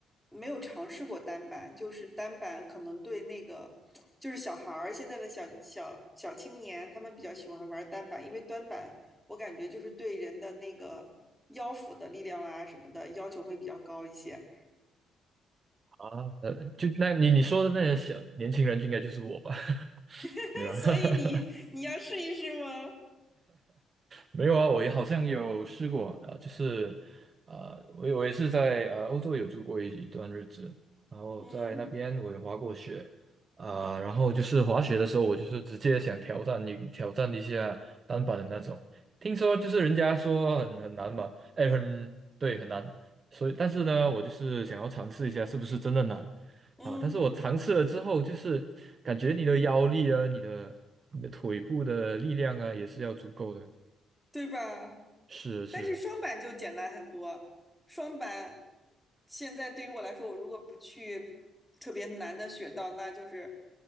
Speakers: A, in the centre; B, on the right (about 40°).
A: 没有尝试过单板，就是单板可能对那个就是小孩儿现在的小小小青年，他们比较喜欢玩单板，因为单板我感觉就是对人的那个腰腹的力量啊什么的要求会比较高一些，
B: 啊，呃，就那你你说的那些小年轻人就应该就是我吧？<laughs>
A: <laughs>
B: 没有啊，
A: 所以你你要试一试吗？
B: <laughs> 没有啊，我也好像有试过啊，呃就是啊，我也我也是在呃欧洲有住过一一段日子，然后在那边我也滑过雪啊，
A: 嗯
B: 然后就是滑雪的时候，我就是直接想挑战一挑战一下单板的那种，听说就是人家说很很难嘛，哎，很对很难，所以但是呢，我就是想要尝试一下是不是真的难
A: 嗯。
B: 啊，但是我尝试了之后，就是感觉你的腰力啊，你的你的腿部的力量啊，也是要足够的。
A: 对吧？
B: 是是，
A: 但是双板就简单很多。双板现在对于我来说，我如果不去特别难的雪道，那就是